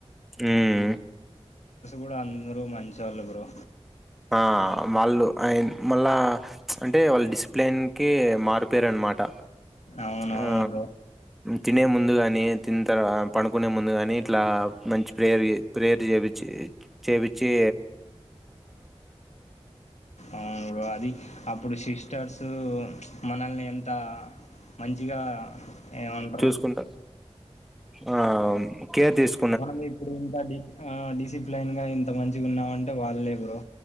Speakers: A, in the centre; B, on the left (about 75°).
A: మ్మ్
B: కూడా అందరు మంచోళ్ళు బ్రో
A: ఆ వాళ్ళు అయ మళ్ళా అంటే వాళ్ళ డిసిప్లిన్ కి మార్క్ పేరన్నమాట
B: అవునవును
A: ఆ
B: బ్రో.
A: తినే ముందుగాని తిన్ త పనుకునే ముందుగాని అట్లా మంచి ప్రేయర్ ప్రేయర్ చేపిచి చేపచ్చి
B: ఆ అది అప్పుడు సిస్ట షర్సు మనల్ని ఎంత మంచిగా ఏమంటారు
A: చూసుకుంటా ఆ కేర్ తీస్
B: మనం ఇప్పుడు ఇంత డి డిసిప్లేన్ గా ఇంత మంచిగా ఉన్నావంటే వాళ్లే బ్రో